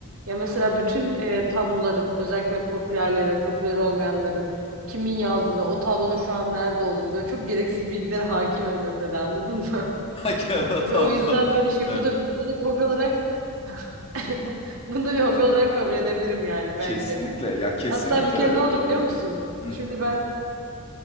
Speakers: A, on the right; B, on the left.
A: Ya mesela bütün e, tabloların özellikle popülerlerin, popüler olmayanların kimin yazdığını, o tablonun
B: Hımm.
A: şu an nerede olduğunu böyle çok gereksiz bilgilere hakimim mesela anladın mı? <laughs>
B: Kağıt
A: Ve
B: havlu.
A: o yüzden böyle
B: <laughs>
A: şey
B: Evet.
A: bu da bunu da bir hobi olarak <laughs> bunu da bir hobi olarak kabul edebilirim yani
B: Kesinlikle.
A: bence.
B: Ya, kesinlikle
A: Hatta bir kere
B: öyle.
A: ne oldu
B: Bu da
A: biliyor
B: bir hobi.
A: musun?
B: Hıh.
A: Şimdi ben